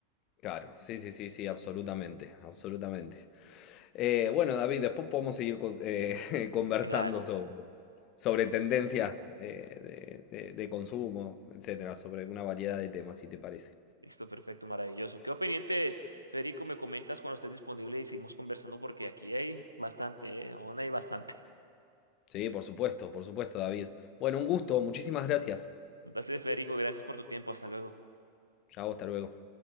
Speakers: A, on the left (about 40°); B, on the right (about 90°).
A: Claro, sí, sí, sí, sí, absolutamente, absolutamente. Eh, bueno, David, después podemos seguir con- eh, <laughs> conversando
B: Claro.
A: sobre, sobre
B: Listo,
A: tendencias eh, de, de- de consumo, etcétera, sobre una variedad de temas, si te parece.
B: listo, perfecto, maravilloso. Quedo pendiente, Federico, me comentas cuando estés disponible y seguimos conversando porque aquí hay bastante, ¿eh? Aún hay bastante.
A: Sí, por supuesto, por supuesto, David. Bueno, un gusto, muchísimas gracias.
B: <laughs> Un placer, Federico, gracias por tu tiempo, hasta luego.
A: Chao, hasta luego.